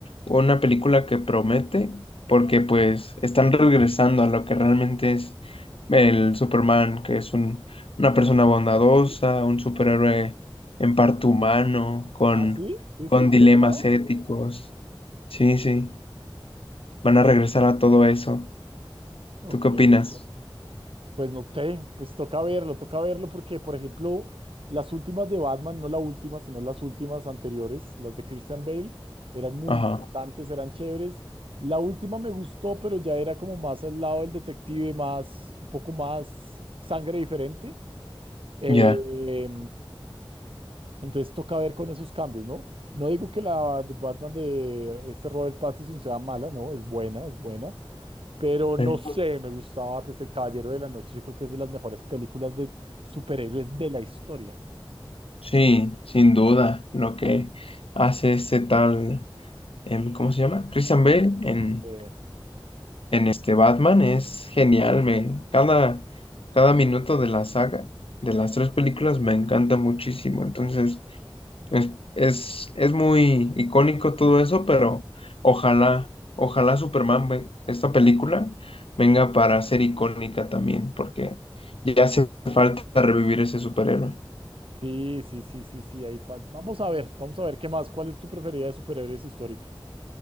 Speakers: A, on the left; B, on the right.
A: una película que promete, porque pues están regresando a lo que realmente es el Superman, que es un- una persona bondadosa, un superhéroe en parte humano, con,
B: Ah, sí, sí,
A: con
B: sí, por
A: dilemas
B: ese lado.
A: éticos. Sí, sí, van a regresar a todo eso.
B: Ok,
A: ¿Tú qué opinas?
B: eh, pues no sé, pues toca verlo, toca verlo porque, por ejemplo, las últimas de Batman, no la última, sino las últimas anteriores, las de Christian Bale, eran muy
A: Ajá,
B: interesantes, eran chéveres. La última me gustó, pero ya era como más al lado del detective, más, un poco más sangre diferente. Eh,
A: ya.
B: entonces toca ver con esos cambios, ¿no? No digo que la de Batman de este Robert Pattinson sea mala, no, es buena, es buena, pero no
A: eh.
B: sé, me gustaba pues El Caballero de la Noche, yo creo que es de las mejores películas de superhéroes de la historia.
A: Sí, sin duda, lo que hace este tal, em, ¿cómo se llama? Christian Bale en,
B: Eh,
A: en este Batman es genial, me, cada, cada minuto de la saga, de las tres películas, me encanta muchísimo, entonces es, es, es muy icónico todo eso, pero ojalá, ojalá Superman, ve- esta película, venga para ser icónica también, porque ya hace falta revivir ese superhéroe.
B: Sí, sí, sí, sí, sí, ahí fa- Vamos a ver, vamos a ver qué más, ¿cuál es tu preferida de superhéroes histórica?